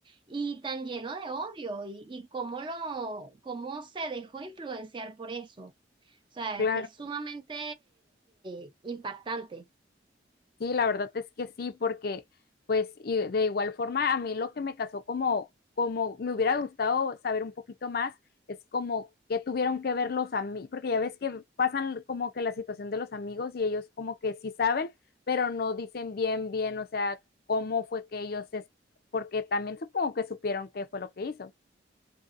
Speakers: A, on the right (about 25°); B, on the left (about 55°).
A: y tan lleno de odio y, y cómo lo, cómo se dejó influenciar por eso. O sea,
B: Claro.
A: es sumamente eh, impactante.
B: Sí, la verdad es que sí, porque pues y de igual forma a mí lo que me casó como, como me hubiera gustado saber un poquito más es como qué tuvieron que ver los amigos, porque ya ves que pasan como que la situación de los amigos y ellos como que sí saben, pero no dicen bien, bien, o sea, cómo fue que ellos, es- porque también supongo que supieron qué fue lo que hizo.